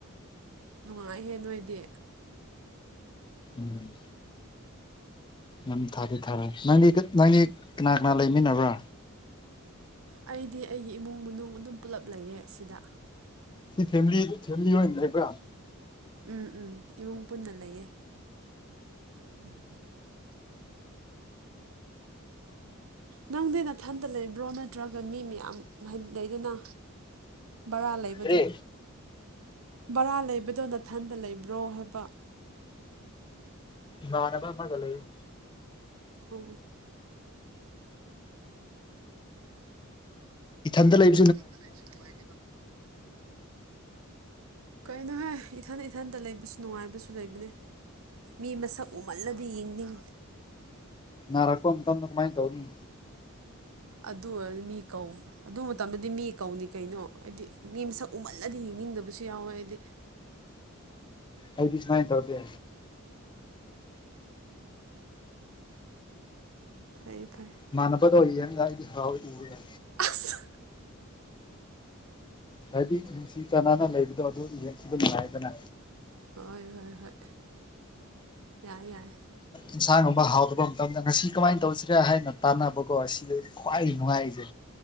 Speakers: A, on the right; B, on the left.
A: ꯅꯨꯡꯉꯥꯏꯍꯦ ꯅꯣꯏꯗꯤ꯫
B: ꯎꯝ꯫ ꯅꯝ ꯊꯥꯗꯤ ꯊꯥꯔꯦ ꯅꯪꯗꯤ ꯅꯪꯗꯤ ꯀꯅꯥ ꯀꯅꯥ ꯂꯩꯃꯤꯟꯅꯕ꯭ꯔꯥ꯫
A: ꯑꯩꯗꯤ ꯑꯩꯒꯤ ꯏꯃꯨꯡ ꯃꯅꯨꯡ ꯑꯗꯨꯝ ꯄꯨꯜꯂꯞ ꯂꯩꯌꯦ ꯁꯤꯗ꯫
B: ꯁꯤ ꯐꯦꯃꯤꯂꯤ ꯐꯦꯃꯤꯂꯤ ꯑꯣꯏꯅ ꯂꯩꯕ꯭ꯔꯥ꯫
A: ꯎꯝ ꯎꯝ ꯏꯃꯨꯡ ꯄꯨꯟꯅ ꯂꯩꯌꯦ <inaudible> ꯅꯪꯗꯤ ꯅꯊꯟꯗ ꯂꯩꯕ꯭ꯔꯣ ꯅꯠꯇ꯭ꯔꯒ ꯃꯤ ꯃꯌꯥꯝ ꯍꯥꯏ ꯂꯩꯗꯅ ꯕꯔꯥ ꯂꯩꯕꯗꯣ
B: ꯀꯔꯤ
A: ꯕꯔꯥ ꯂꯩꯕꯗꯣ ꯅꯊꯟꯗ ꯂꯩꯕ꯭ꯔꯣ ꯍꯥꯏꯕ
B: ꯏꯃꯥꯟꯅꯕ ꯑꯃꯒ ꯂꯩꯑꯦ
A: ꯑꯣꯑꯣ
B: ꯏꯊꯟꯗ ꯂꯩ
A: ꯏꯊꯟꯇ ꯂꯩꯕꯁꯦ ꯅꯨꯡꯉꯥꯏꯇꯦꯕ ꯀꯩꯅꯣꯍꯦ ꯏꯊꯟ ꯏꯊꯟꯇ ꯂꯩꯕꯁꯨ ꯅꯨꯡꯉꯥꯏꯕꯁꯨ ꯂꯩꯕꯅꯦ ꯃꯤ ꯃꯁꯛ ꯎꯃꯜꯂꯗꯤ ꯌꯦꯡꯅꯤꯡ
B: ꯅꯔꯛꯄ ꯃꯇꯝꯗ ꯀꯃꯥꯏ ꯇꯧꯅꯤ
A: ꯑꯗꯨ ꯑꯣꯏꯔꯗꯤ ꯃꯤ ꯀꯧ ꯑꯗꯨ ꯃꯇꯝꯗꯗꯤ ꯃꯤ ꯀꯧꯅꯤ ꯀꯩꯅꯣ ꯍꯥꯏꯗꯤ ꯃꯤ ꯃꯁꯛ ꯎꯃꯜꯂꯗꯤ ꯌꯦꯡꯅꯤꯡꯗꯕꯁꯨ ꯌꯥꯎꯋꯦ ꯑꯩꯗꯤ
B: ꯑꯩꯗꯤ ꯁꯨꯃꯥꯏ ꯇꯧꯗꯦ
A: ꯐꯩ ꯐꯩ
B: ꯏꯃꯥꯟꯅꯕꯗꯣ ꯌꯦꯡꯒ ꯑꯩꯗꯤ ꯍꯔꯥꯎꯏ ꯎꯕꯗ
A: ꯑꯁ
B: ꯍꯥꯏꯗꯤ ꯅꯨꯡꯁꯤ ꯆꯥꯟꯅꯅ ꯂꯩꯕꯗꯣ ꯑꯗꯨ ꯌꯦꯡꯕ ꯅꯨꯡꯉꯥꯏꯗꯅ
A: ꯍꯣꯏ ꯍꯣꯏ ꯍꯣꯏ ꯌꯥꯏ ꯌꯥꯏ
B: ꯏꯟꯁꯥꯡꯒꯨꯝꯕ ꯍꯥꯎꯗꯕ ꯃꯇꯝꯗ ꯉꯁꯤ ꯀꯃꯥꯏꯅ ꯇꯧꯁꯤꯔꯦ ꯍꯥꯏꯅ ꯇꯥꯟꯅꯕꯀꯣ ꯁꯤ ꯈ꯭ꯋꯥꯏ ꯅꯨꯡꯉꯥꯏꯔꯤꯁꯦ